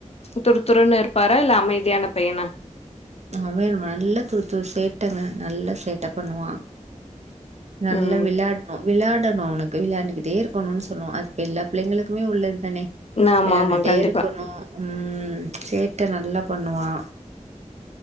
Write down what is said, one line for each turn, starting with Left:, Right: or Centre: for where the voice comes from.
Left: துருதுருன்னு இருப்பாரா இல்ல அமைதியான பைய்யனா
Right: அவன் நல்ல துரு துரு சேட்டங்க நல்ல சேட்ட பண்ணுவான் நல்ல
Left: ம்
Right: விளையாட்ணோ விளையாடணு அவுனுக்கு விளையாண்டுக்கிட்டே இருக்கணும்னு சொல்லுவான் அது இப்போ எல்லா பிள்ளைங்களுக்குமே உள்ளது தானே
Left: ஆமா
Right: விளையாண்டுட்டே
Left: ஆமா கண்டிப்பா
Right: இருக்கணு ம் சேட்ட நல்லா பண்ணுவா